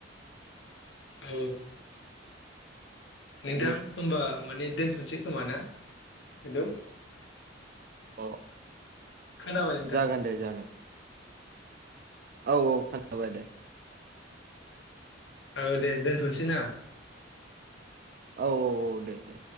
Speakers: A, on the left (about 70°); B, on the right (about 50°).
A: औ नोंथां
B: दे
A: होनबा माने दोनथ'सै खोमा ना हेलौ
B: अ
A: खोनाबाय नोंथां
B: जागोन दे जागोन औ औ खोनाबाय दे
A: औ दे दोनथ'नोसै ना
B: औ औ औ दे दे